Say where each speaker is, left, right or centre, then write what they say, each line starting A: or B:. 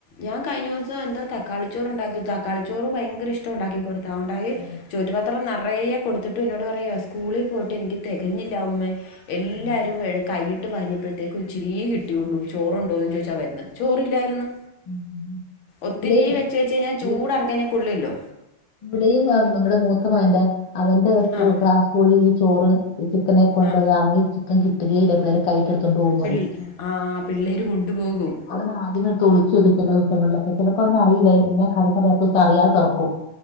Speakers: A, on the left; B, on the left.
A: ഞാൻ കഴിഞ്ഞീസം എന്താ തക്കാളിചോറ് ഉണ്ടാക്കി തക്കാളിച്ചോറ് ഭയങ്കര ഇഷ്ട ഉണ്ടാക്കി കൊടുക്കു ടവുണ്ടായെ
B: ഉം,
A: ചോറ്റുപാത്രം നെറയെ കൊടുത്തിട്ട് എന്നോട് പറയ സ്കൂളി പോയിട്ട് എനിക്ക് തി തികഞ്ഞില്ലാ ഉമ്മേ എല്ലാവരും
B: ഉം,
A: കൈയിട്ട് വരിയപ്പോഴത്തേക്കും ഇച്ചിരിയേ കിട്ടിയൊള്ളു ചോറുണ്ടോന്ന്
B: ആ,
A: ചോദിച്ചാ വരുന്ന ചോറില്ലായിരുന്നു
B: ഉം.
A: ഒത്തിരി
B: ഇവിടെയും
A: വെച്ച വെച്ച് കഴിഞ്ഞാൽ ചൂടാറിക്കയ്ഞ്ഞാ
B: ഇ-
A: കൊള്ളല്ലോ.
B: ഇവിടെയും അ ഇമ്മ വടെ മൂത്തമകന്റെ അവന്റെ സ്കൂ
A: ആഹ്
B: ക്ലാ സ്കൂള് ഈ ചോറ്. ചിക്കനെ കൊണ്ടോയി
A: ആഹ്
B: അവന് ചിക്കൻ കിട്ടി തിരീല്ല പിള്ളേര് കൈ ഇട്ടെടുത്തോണ്ട് ഓവുന്ന്
A: പിൾ
B: പറയും.
A: ആഹ് പിള്ളേര് കൊണ്ടുപോകും
B: അവന് ആദ്യമേ തൊലിച്ചു വക്കും ചില ദിവസങ്ങളിലൊക്കെ ചിലപ്പോ അവന അറിയില്ല ഇന്നെ കറി <unintelligible> അറിയാതെ തുറക്കും